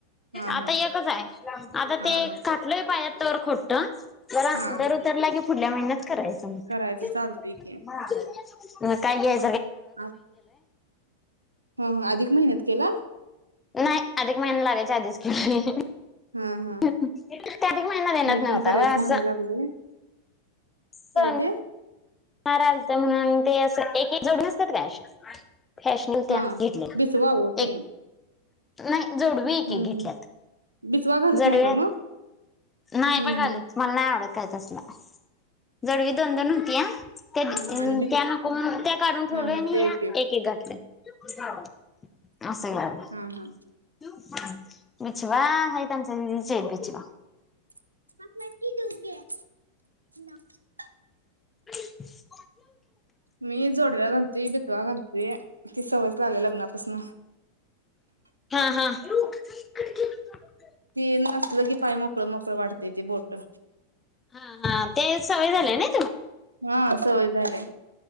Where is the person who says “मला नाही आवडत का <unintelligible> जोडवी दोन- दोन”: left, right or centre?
Left